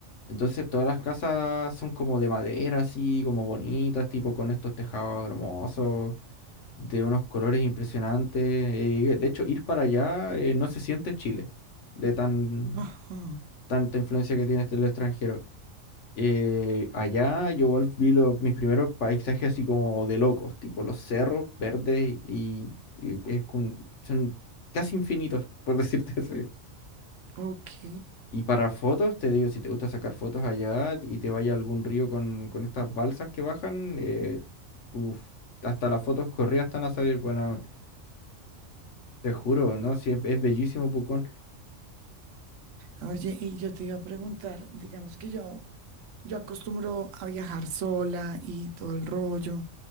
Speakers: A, on the left; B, on the right.
A: Entonces todas las casas son como de madera, así como bonitas, tipo con estos tejados hermosos, de unos colores impresionantes. eh, de hecho, ir para allá eh, no se siente Chile, de tan,
B: Ajá.
A: tanta influencia que tiene este- el extranjero. Eh, allá yo igual vi lo- mis primeros paisajes así como de locos, tipo los cerros verdes y, y es con- son casi infinitos, por <laughs> decirte así.
B: Ok.
A: Y para fotos, te digo, si te gusta sacar fotos allá y te vaya a algún río con, con estas balsas que bajan, eh, uf, hasta las fotos corridas están a salir, bueno, te juro, ¿no? Si es, es bellísimo, Pucón.
B: Oye, y yo te iba a preguntar, digamos que yo, yo acostumbro a viajar sola y todo el rollo,